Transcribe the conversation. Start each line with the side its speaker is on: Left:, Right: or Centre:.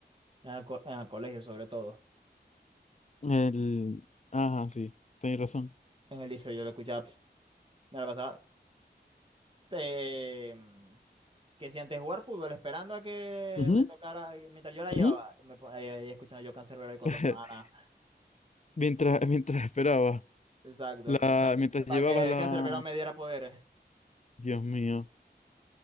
Right: En el, co- en el colegio, sobre todo.
Left: El... Ajá, sí, tenés razón.
Right: En el liceo yo lo escuchaba. pf, Me la pasaba. eh, mm, que si antes jugar fútbol, esperando a que
Left: Ujú,
Right: me tocara, eh, mientras yo la llevaba,
Left: ujú.
Right: me ponía ahí ahí escuchando yo Canserbero ahí con
Left: <laughs>
Right: dos panas.
Left: Mientras, mientras esperaba,
Right: Exacto.
Left: la, mientras
Right: Para
Left: llevabas
Right: que
Left: la...
Right: Canserbero me diera poderes.
Left: Dios mío.